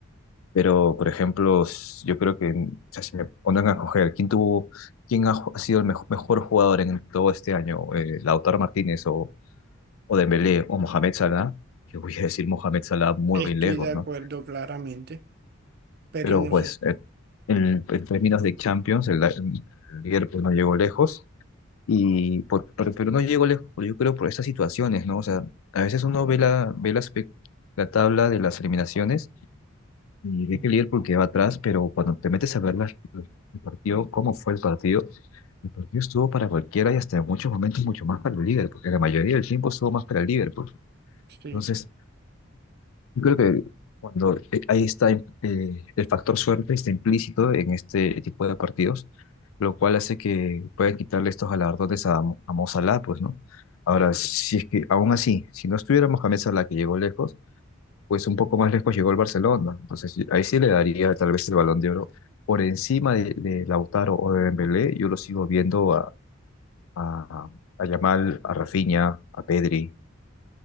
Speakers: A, on the left; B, on the right.
A: Pero, por ejemplo, s- yo creo que, o sea, si me ponen a escoger quién tuvo, quién ha, ju- ha sido el mejo- mejor, jugador en todo este año, eh, Lautaro Martínez o, o Dembélé o Mohamed Salah, yo voy a decir Mohamed Salah muy
B: Estoy
A: lejos,
B: de acuerdo
A: ¿no?
B: claramente, pero
A: Pero
B: no
A: pues
B: sé.
A: eh, en, en términos de Champions, el, el Liverpool no llegó lejos. Y por, pero, pero no llegó lejos, por- yo creo, por estas situaciones, ¿no? O sea, a veces uno ve la, ve la, espe- la tabla de las eliminaciones y ve
B: Mm,
A: que el Liverpool queda atrás, pero cuando te metes a ver la- el partido, cómo fue el partido, el partido estuvo para cualquiera y hasta en muchos momentos mucho más para el Liverpool, porque la mayoría del tiempo estuvo más para el Liverpool.
B: Sí.
A: Entonces, yo creo que cuando eh, ahí está im- eh, el factor suerte está implícito en este tipo de partidos, lo cual hace que puedan quitarle estos galardones a, Mo- a Mo Salah, pues, ¿no? Ahora, si es que aún así, si no estuviera Mohamed Salah que llegó lejos, pues un poco más lejos llegó el Barcelona. Entonces, y- ahí sí le daría tal vez el Balón de Oro por encima de, de Lautaro o de Dembélé. Yo lo sigo viendo a, a, a Yamal, a Rafinha, a Pedri,